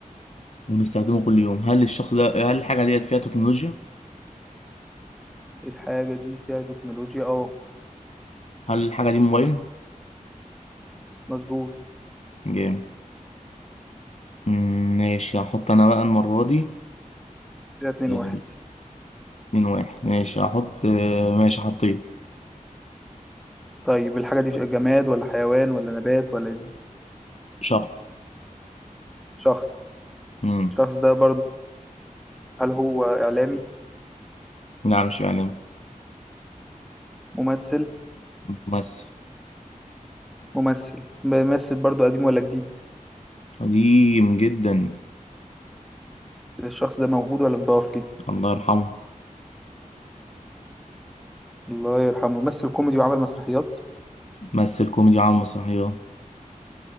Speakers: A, on the left (about 50°); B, in the centre.
A: وبنستخدمه كل يوم هل الشخص ده هل الحاجة ديت فيها تكنولوجيا
B: إيه الحاجة دي فيها تكنولوجيا اه
A: هل الحاجة دي موبايل
B: مظبوط
A: جامد مم، ماشي هحط انا بقى المرة دي
B: كده اتنين
A: آه،
B: واحد
A: اتنين واحد ماشي هحط آه، ماشي حطيت
B: طيب الحاجة دي جماد ولا حيوان ولا نبات ولا
A: شخص
B: شخص
A: امم
B: الشخص ده برضو هل هو إعلامي
A: لا مش إعلامي
B: ممثل
A: ممثل
B: ممثل بيمثل برضو قديم ولا جديد
A: قديم جدا
B: الشخص ده موجود ولا متوفي
A: الله يرحمه
B: الله يرحمه ممثل كوميدي وعمل مسرحيات
A: مثل كوميدي على المسرحيات